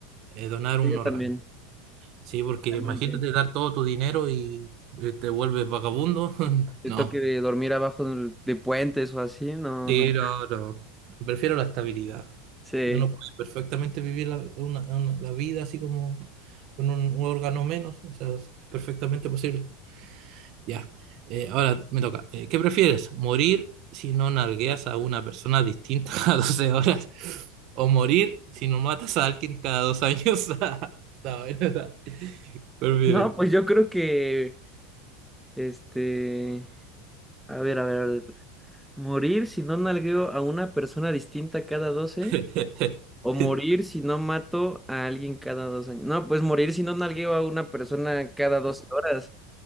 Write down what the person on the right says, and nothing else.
eh, donar un
órgano.
Sí, porque
imagínate dar todo tu dinero y eh, te vuelves vagabundo. <laughs>
No,
sí,
no, no. Prefiero la estabilidad.
Y uno puede perfectamente vivir la, una- una- la vida así como con un, un órgano menos. O sea, es perfectamente posible. Ya. Eh, ahora me toca. Eh, ¿qué prefieres? ¿Morir si no nargueas a una persona distinta <laughs> a 12 horas? ¿O morir si no matas a alguien cada dos años? <laughs> No, <laughs> ¿verdad? Prefieres.
<laughs>